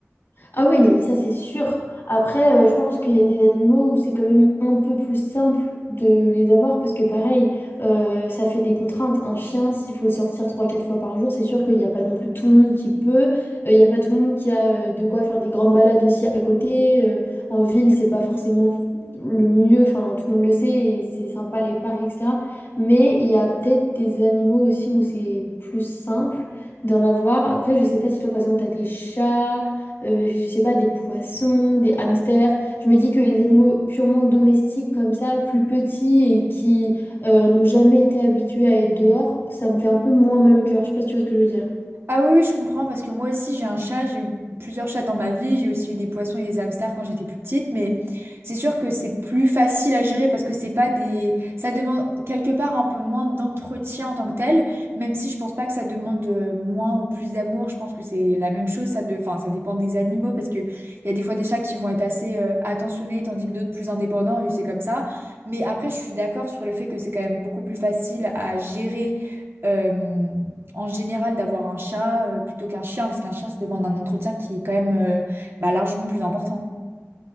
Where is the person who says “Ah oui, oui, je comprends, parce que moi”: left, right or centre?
Right